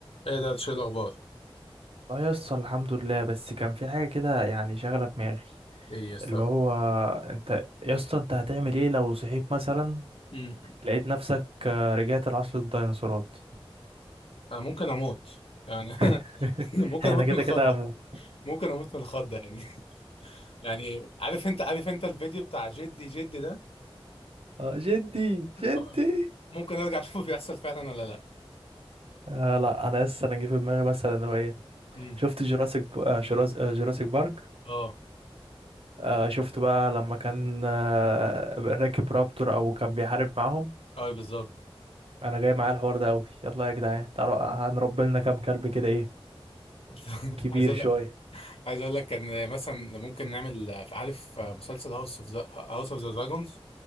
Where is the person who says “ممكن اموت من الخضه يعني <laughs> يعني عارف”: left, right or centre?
Left